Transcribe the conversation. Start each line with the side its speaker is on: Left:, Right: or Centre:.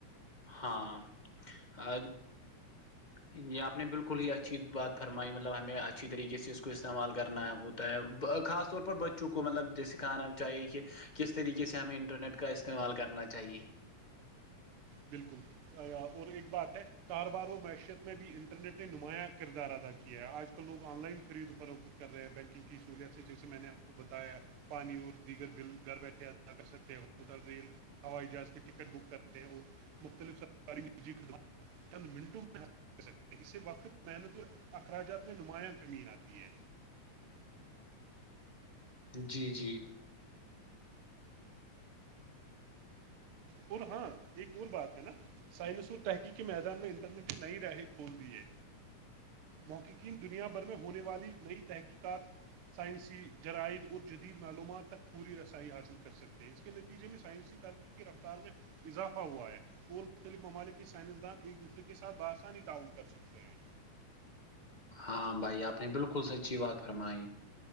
Left: ہاں ا یہ آپ نے بالکل ہی اچھی بات فرمائی مطلب ہمیں اچھی طریقے سے اس کو استعمال کرنا ہے وہ خاص طور پر بچوں کو مطلب سکھانا چاہیے کہ کس طریقے سے ہمیں انٹرنیٹ کا استعمال کرنا چاہیے
Right: بالکل اور ایک بات ہے کار بار وہ معیشت میں بھی انٹرنیٹ نے نمایاں کردار اد تھا کیا کیا ہے آج کل لوگ آن لائن خرید و فروخت کر رہے ہیں بینکنگ کی سہولیت سے جیسے میں نے آپ کو بتایا پانی اور دیگر بل گھر بیٹھے ادا کر سکتےلی ہوائی جہاز کی ٹکٹ بک کرتے ہیں اور مختلف سرکاری م خدمات چند منٹوں میں حا سکتے ہیں اس سے وقت محنت اور اخراجات میں نمایاں کمی آتی ہے
Left: جی جی
Right: اور ہاں ایک اور بات ہے نا سائنس اور تحقیقی میدان میں انٹرنیٹ کی نئی رہیں کھول دی ہے محققین دنیا بھر میں ہونے والی نئی تحقیقات سائنسی جرائد اور جدید معلومات تک پوری رسائی حاصل کر سکے تھے اس کے نتیجے میں سائنسی ترقی کی رفتار میں اضافہ ہوا ہے اور مختلف ممالک کے سائنسدان ایک دوسرے کے ساتھ بآسانی تعاون کر سکتے ہیں
Left: ہاں بھائی آپ نے بالکل سچی بات فرمائی